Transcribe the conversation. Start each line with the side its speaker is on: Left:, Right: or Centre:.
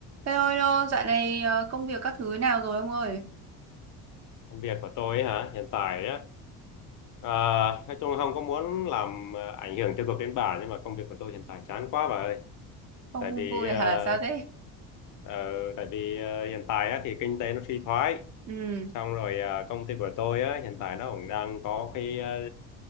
Right: Hello, hello, dạo này ờ, công việc các thứ nào rồi ông ơi?
Left: Công việc của tôi ấy hả? Hiện tại á, à, nói chung là không có muốn làm à, ảnh hưởng tiêu cực đến bà nhưng mà công việc của tôi hiện tại chán quá bà ơi.
Right: Không
Left: Tại vì
Right: vui
Left: à,
Right: hả? Sao thế?
Left: ờ, tại vì à, hiện tại á, thì kinh tế nó suy thoái,
Right: Ừ,
Left: xong rồi à, công ty của tôi á, hiện tại nó cũng đang có cái à,